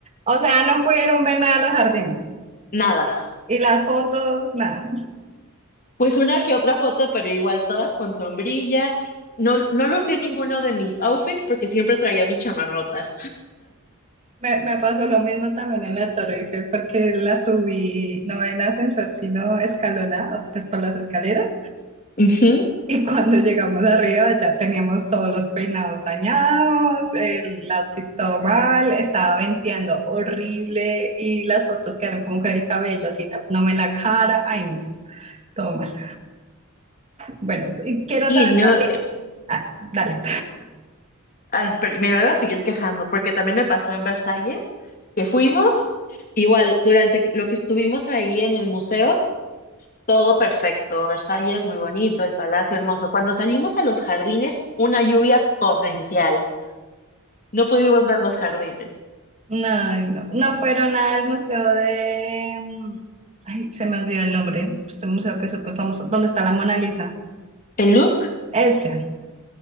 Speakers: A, on the right (about 30°); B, on the left (about 40°).
A: O sea, no pudieron ver nada de los jardines.
B: Nada.
A: Y las fotos, nada.
B: Pues una que otra foto, pero igual todas con sombrilla. No, no lucía ninguno de mis outfits porque siempre traía mi chamarrota.
A: Me, me pasó lo mismo también en la Torre Eiffel porque la subí no en ascensor, sino escalonada, pues por las escaleras.
B: Ujú.
A: Y cuando llegamos arriba ya teníamos todos los peinados dañados, el outfit todo mal, estaba venteando horrible y las fotos quedaron como con el cabello así tapándome la cara. Ay, no, todo mal. Bueno, quiero
B: Y
A: saber.
B: no, eh,
A: Ah, dale.
B: ay, pero me voy a seguir quejando porque también me pasó en Versalles que fuimos. Igual, durante lo que estuvimos ahí en el museo, todo perfecto. Versalles muy bonito, el palacio hermoso. Cuando salimos a los jardines, una lluvia torrencial. No pudimos ver los jardines.
A: No, no, no fueron al museo de. mm, Ay, se me olvidó el nombre. Este museo que es súper famoso. ¿Dónde está la Mona Lisa?
B: El Louvre,
A: Ese.